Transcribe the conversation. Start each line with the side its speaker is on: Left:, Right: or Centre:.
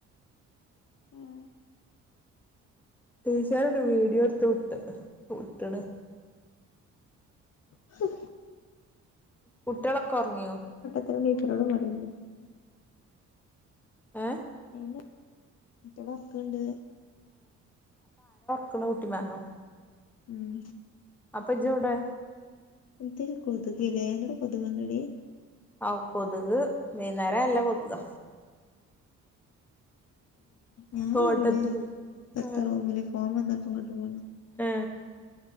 Left: ഉം
Centre: ടീച്ചറ വീഡിയോ എടുത്ത വിട്ട് വിട്ടണ്
Left: <inaudible>
Centre: കുട്ടികളൊക്കെ ഉറങ്ങിയോ
Left: ത്തരണപ്പരോടും പറയുന്നു
Centre: ഏ
Left: അറെ ഇട്ട വക്കണ്ട്
Centre: ക്ക ഊട്ടി വാങ്ങോ
Left: ഉം
Centre: അപ്പൊ ഇജവിടെ
Left: എന്ത കൊതുകല്ലേ അന്റോടെ കൊതുക് ഇണ്ട ടി
Centre: ആ കൊതുക് വൈകുന്നേരം എല്ലാം കൊതുക്
Left: ഞാനവിടെ
Centre: തോട്ടത്തില്
Left: ഭർത്ത
Centre: ഏ
Left: ഫോം വന്ന പ്പ കട്ട പോെ
Centre: ആ